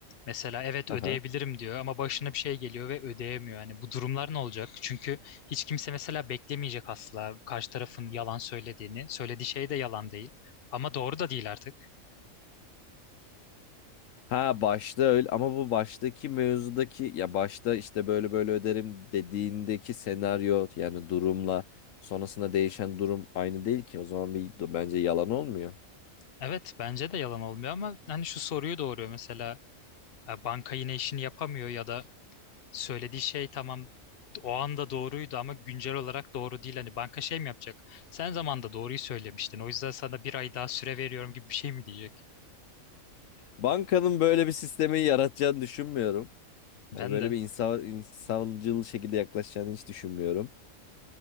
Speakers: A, on the left (about 50°); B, on the left (about 75°).
A: Mesela evet
B: Aha.
A: ödeyebilirim diyor ama başına bir şey geliyor ve ödeyemiyor. Yani bu durumlar ne olacak? Çünkü hiç kimse mesela beklemeyecek asla karşı tarafın yalan söylediğini. Söylediği şey de yalan değil. Ama doğru da değil artık.
B: Ha başta öyle ama bu baştaki mevzudaki ya başta işte böyle böyle öderim dediğindeki senaryo yani durumla sonrasında değişen durum aynı değil ki. O zaman bir bence yalan olmuyor.
A: Evet bence de yalan olmuyor ama hani şu soruyu doğuruyor mesela e, banka yine işini yapamıyor ya da söylediği şey tamam o anda doğruydu ama güncel olarak doğru değil. Hani banka şey mi yapacak? Sen zamanında doğruyu söylemiştin. O yüzden sana bir ay daha süre veriyorum gibi bir şey mi diyecek?
B: Bankanın böyle bir sistemi yaratacağını düşünmüyorum.
A: Ben
B: Yani böyle
A: de.
B: bir insan, insancıl şekilde yaklaşacağını hiç düşünmüyorum.